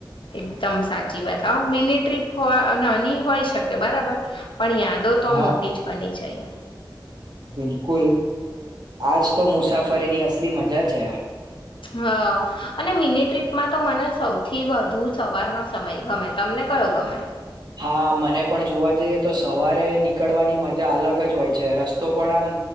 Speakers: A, on the left; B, on the right.
A: એકદમ સાચી વાત હા મિની ટ્રીપ હો નાની હોય શકે બરાબર પણ યાદો તો
B: હા
A: મોટી જ બની જાય
B: બિલકુલ આજ તો મુસાફરીની અસલી મજા છે
A: હ અને મિની ટ્રીપમાં તો મને સૌથી વધુ સવારનો સમય ગમે તમને કયો ગમે
B: હા મને પણ જોવા જઈએ તો સવારે નીકળવાની મજા અલગ જ હોય છે રસ્તો પણ આમ